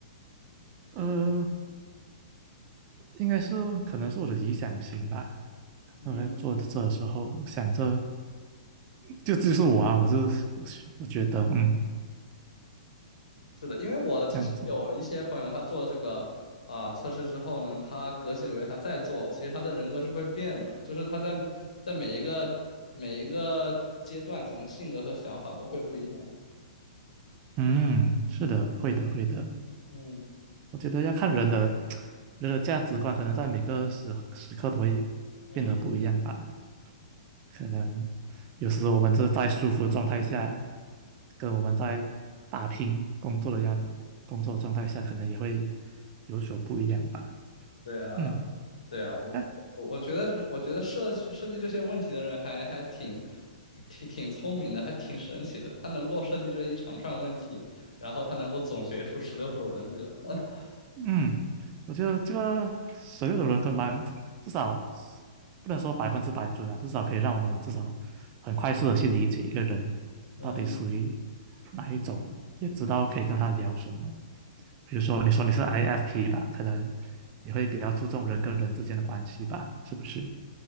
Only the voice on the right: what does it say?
呃，应该是可能是我的理想型吧。
我在做这的时候，想着就就是我啊，我就我是我觉得，嗯，
这样子，
嗯，是的，会的，会的。
我觉得要看人的人的价值观，可能在每个时时刻都会变得不一样吧。
可能有时候我们就是在舒服的状态下，跟我们在打拼工作的压力工作状态下，可能也会有所不一样吧。
嗯，
但
嗯，我觉得这个所有的人可蛮，至少不能说百分之百准啊，至少可以让我们至少很快速的去理解一个人到底属于
哪一种，也知道可以跟他聊什么。比如说，你说你是 IFP 吧，可能你会比较注重人跟人之间的关系吧，是不是？